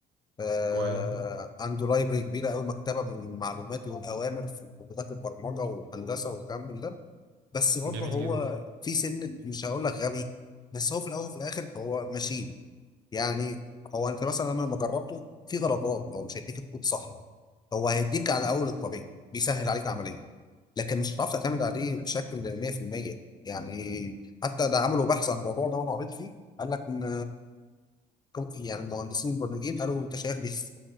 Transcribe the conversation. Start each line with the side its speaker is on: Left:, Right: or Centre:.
Left: آه
Right: كويس
Left: عنده لايبرري كبيره قوي مكتبه من المعلومات والاوامر في لغات البرمجه والهندسه والكلام من ده بس برضه
Right: جميل
Left: هو
Right: جدا
Left: في سن مش هقول لك غبي بس هو في الاول وفي الاخر هو ماشين يعني هو انت مثلا لما جربته في درجات هو مش هيديك الكود صح هو هيديك على اول الطريق بيسهل عليك العمليه لكن مش هتعرف تعتمد عليه بشكل 100% يعني حتى ده عملوا بحث عن الموضوع ده وانا قريت فيه قال لك ان كم- يعني المهندسين البرمجيين قالوا انت شايف بيس-